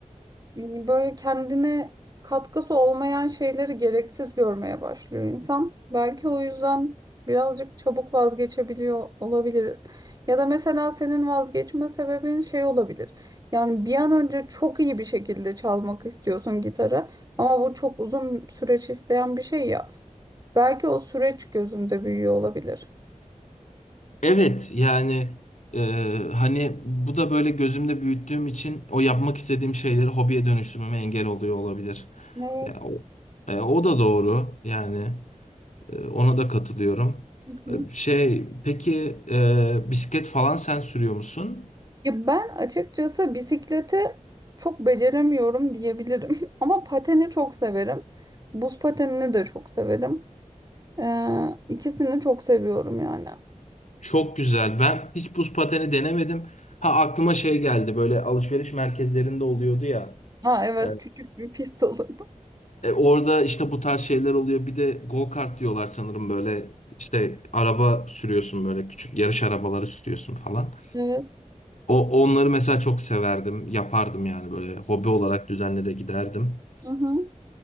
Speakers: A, on the right (about 30°); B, on the left (about 60°).
A: böyle kendine katkısı olmayan şeyleri gereksiz görmeye başlıyor insan. Belki o yüzden birazcık çabuk vazgeçebiliyor olabiliriz. Ya da mesela senin vazgeçme sebebin şey olabilir. Yani bir an önce çok iyi bir şekilde çalmak istiyorsun gitarı ama bu çok uzun süreç isteyen bir şey ya. Belki o süreç gözümde büyüyor olabilir.
B: Evet yani e, hani bu da böyle gözümde büyüttüğüm için o yapmak istediğim şeyleri hobiye dönüştürmeme engel oluyor olabilir.
A: Evet.
B: Ya o, e, o da doğru yani E, ona da katılıyorum.
A: Hı hı.
B: E, Şey peki e, bisiklet falan sen sürüyor musun?
A: Ya ben açıkçası bisiklete çok beceremiyorum diyebilirim. <laughs> Ama pateni çok severim. Buz patenini de çok severim. Ee, ikisini çok seviyorum yani.
B: Çok güzel. Ben hiç buz pateni denemedim. Ha aklıma şey geldi. Böyle alışveriş merkezlerinde oluyordu ya.
A: Ha evet
B: E,
A: küçük bir pist <laughs> olurdu.
B: e, orada işte bu tarz şeyler oluyor. Bir de go kart diyorlar sanırım böyle işte araba sürüyorsun böyle küçük yarış arabaları sürüyorsun falan.
A: Evet.
B: O onları mesela çok severdim. Yapardım yani böyle hobi olarak düzenli de giderdim.
A: Hı hı.